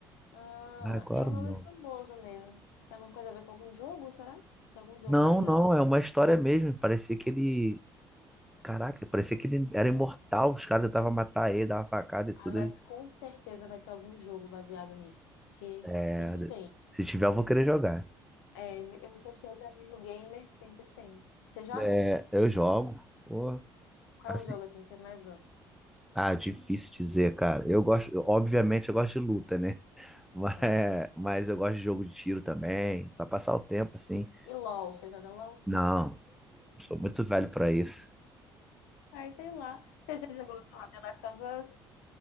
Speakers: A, on the left; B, in the centre.
A: Ah,
B: Ah, qual
A: é
B: era
A: um
B: o
A: nome
B: nome?
A: famoso mesmo. Tem alguma coisa a ver com algum jogo, será? Tem algum jogo
B: Não,
A: baseado
B: não,
A: nisso?
B: é uma história mesmo. Parecia que ele. Caraca, parecia que ele era imortal. Os caras tentavam matar ele, dava facada e tudo.
A: Ah, mas
B: Ele...
A: com certeza vai ter algum jogo baseado nisso, porque
B: É,
A: sempre tem.
B: se tiver, eu vou querer jogar.
A: É, eu sou cheia de amigo gamer, sempre tem. Você joga?
B: É, eu jogo. Pô,
A: Qual
B: assim.
A: é o jogo assim que você mais gosta?
B: Ah, difícil dizer, cara. Eu gosto, eu- obviamente, eu gosto de luta, né? <laughs> Mas,
A: Ah,
B: mas eu gosto de jogo de tiro também, pra passar o tempo, assim.
A: e LOL, você joga LOL?
B: Não, Sou muito velho para isso.
A: Ah, sei lá. Você já jogou, sei lá, The Last of Us?